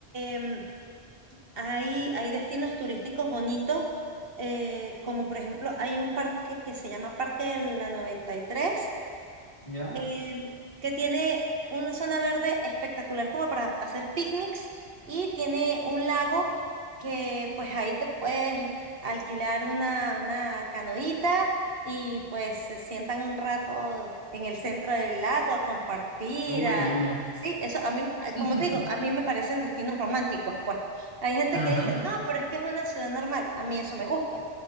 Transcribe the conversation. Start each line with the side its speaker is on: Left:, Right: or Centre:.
Right: em, hay, hay destinos turísticos bonitos, eh, como por ejemplo hay un parque que se llama Parque de la noventa y tres
Left: ya.
Right: eh, que tiene una zona verde espectacular como para hacer picnics y tiene un lago que pues ahí te puedes alquilar una, una canoita y pues se sientan un rato en el centro del lago a compartir,
Left: Uy,
Right: a...
Left: qué lindo.
Right: Sí, eso a mí, a-
Left: <laughs>
Right: como te digo, a mí me parecen destinos románticos, pues. Hay gente
Left: Ajá,
Right: que dice, no, pero es que es una ciudad normal. A mí eso me gusta.